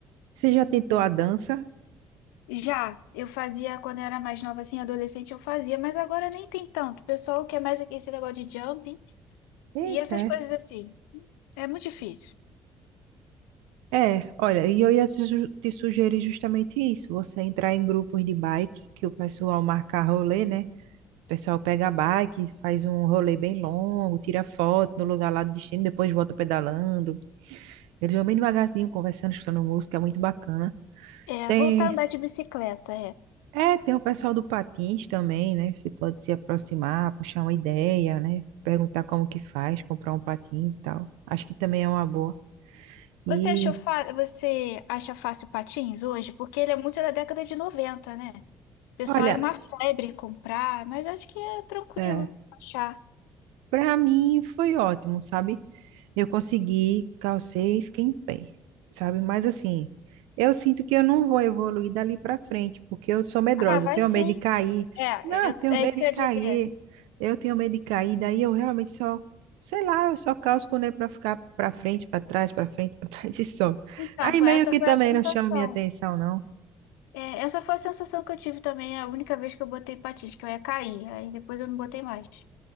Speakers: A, on the right; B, on the left.
A: Você já tentou a dança?
B: Já eu fazia quando eu era mais nova, assim, adolescente, eu fazia, mas agora nem tem tanto. O pessoal quer mais aqui esse negócio de jumping
A: Eita,
B: e essas coisas assim. É muito difícil.
A: É, olha, e eu ia te su- te sugerir justamente isso, você entrar em grupos de bike, que o pessoal marca rolê, né? O pessoal pega a bike, faz um rolê bem longo, tira foto no lugar lá do destino, depois volta pedalando. Eles vão bem devagarzinho, conversando, escutando música, é muito bacana.
B: É,
A: Tem,
B: voltar a andar de bicicleta,
A: é, tem o pessoal do patins também, né? Você pode se aproximar, puxar uma ideia, né? Perguntar como que faz, comprar um patins e tal. Acho que também é uma boa. E,
B: Você achou fa... você acha fácil patins hoje? Porque ele é muito da década de 90, né? O pessoal
A: olha,
B: era uma febre comprar, mas acho que é tranquilo
A: é.
B: achar.
A: Para mim foi ótimo, sabe? Eu consegui, calcei e fiquei em pé, sabe? Mas assim, eu sinto que eu não vou evoluir dali para frente, porque eu sou medrosa,
B: Ah, vai
A: eu tenho
B: sim.
A: medo de cair.
B: É,
A: Não, eu
B: eu-
A: tenho
B: é
A: medo
B: isso que
A: de
B: eu ia
A: cair.
B: dizer.
A: Eu tenho medo de cair, daí eu realmente só, sei lá, eu só calço quando é para ficar para frente, para trás, para frente, para <laughs> trás e só.
B: Então,
A: Aí
B: foi,
A: meio
B: essa
A: que
B: foi
A: também
B: a sensação.
A: não chama minha atenção, não.
B: É, essa foi a sensação que eu tive também, é a única vez que eu botei patins, que eu ia cair. Aí depois eu não botei mais.